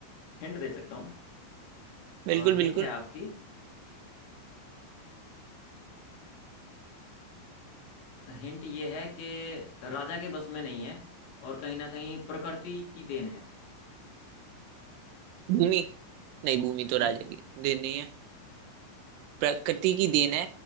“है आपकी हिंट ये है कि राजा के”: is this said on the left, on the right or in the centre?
Left